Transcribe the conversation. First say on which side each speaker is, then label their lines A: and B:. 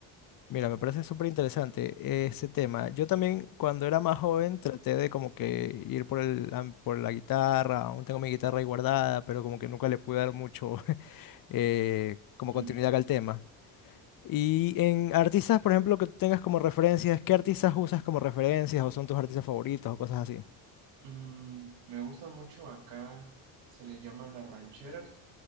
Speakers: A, on the left (about 50°); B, on the right (about 75°).
A: Mira, me parece súper interesante ese tema. Yo también cuando era más joven traté de como que ir por el, am- por la guitarra, aún tengo mi guitarra ahí guardada, pero como que nunca le pude dar mucho <laughs> eh, como
B: Mm,
A: continuidad al tema. Y en artistas, por ejemplo, que tú tengas como referencias, ¿qué artistas usas como referencias o son tus artistas favoritos o cosas así?
B: mm, me gustan mucho acá, se les llama las rancheras.